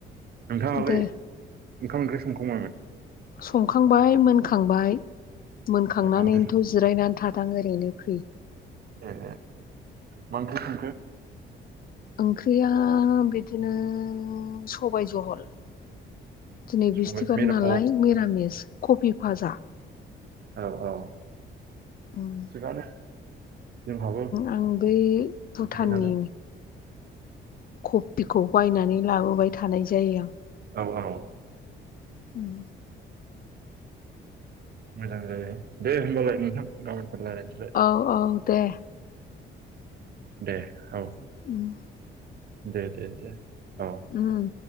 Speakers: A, on the right; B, on the left.
A: नोंथाङालाय
B: दे
A: ओंखाम ओंख्रि संखां बायमोन?
B: संखांबाय मोनखांबाय मोनखांनानैनोथ'
A: ए मा ओंख्रि
B: जिरायनानै थादों आं ओरैनो फ्रि।
A: ए मा ओंख्रि संखो?
B: ओंख्रिया बिदिनो सबाय जहल। दिनै बिस्थिबार
A: सबाय मिरा
B: नालाय
A: अ
B: मिरामिस कफि भाजा।
A: औ औ
B: उम
A: थिगानो। जोंहाबो
B: आं बै भुटाननि
A: देनानै
B: कफिखौ बायनानै लाबोबाय थानाय जायो आं।
A: औ औ
B: उम
A: मोजां जायो दे होमबालाय नोंथां गाबोनफोर रायलायनसै।
B: औ औ दे।
A: दे औ।
B: उम।
A: दे दे दे औ।
B: उम